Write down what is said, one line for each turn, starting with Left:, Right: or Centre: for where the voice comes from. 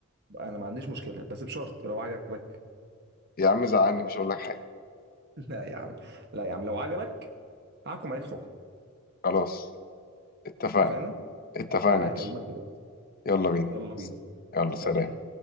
Right: انا ما عنديش مشكله بس بشرط لو عجبك
Left: يا عم زعلني مش هقول لك حاجه
Right: <laughs> لا يا عم لا يا عم لو عجبك هحكم عليك حكم
Left: خلاص اتفقنا
Right: اتفقنا
Left: اتفقنا
Right: تعالى
Left: يا باشا
Right: هكلمك دلوقتي
Left: يلا بينا
Right: يلا بينا
Left: يلا سلام
Right: سلام